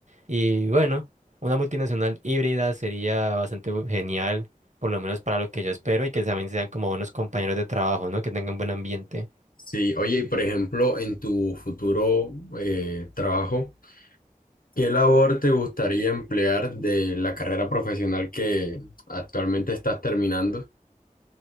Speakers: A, on the right; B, on the left.
A: Y bueno, una multinacional híbrida sería bastante bu- genial, por lo menos para lo que yo espero, y que también sean como buenos compañeros de trabajo, ¿no? Que tengan buen ambiente.
B: Sí, oye, y por ejemplo, en tu futuro eh, trabajo, ¿qué labor te gustaría emplear de la carrera profesional que actualmente estás terminando?